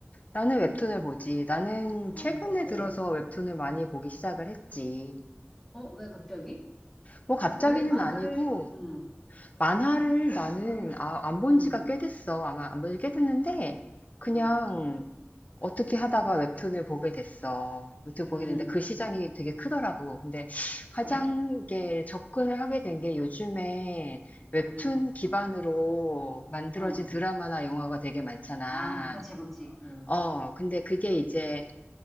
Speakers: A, on the left; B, in the centre.
A: 나는 웹툰을 보지. 나는
B: 어,
A: 최근에
B: 어,
A: 들어서 웹툰을 많이 보기 시작을 했지.
B: 어, 왜 갑자기?
A: 뭐 갑자기는
B: 원래 만화를,
A: 아니고
B: 음,
A: 만화를 나는 아, 안본
B: 음,
A: 지가 꽤 됐어. 아마 안 본지 꽤 됐는데 그냥
B: 음,
A: 어떻게 하다가 웹툰을 보게 됐어. 웹툰 보게
B: 음,
A: 됐는데 그 시장이 되게 크더라고. 근데 가장
B: 그래?
A: 이게 접근을 하게 된 게 요즘에 웹툰
B: 음,
A: 기반으로 만들어진
B: 음.
A: 드라마나 영화가 되게 많잖아.
B: 아, 그치, 그치. 음,
A: 어, 근데 그게 이제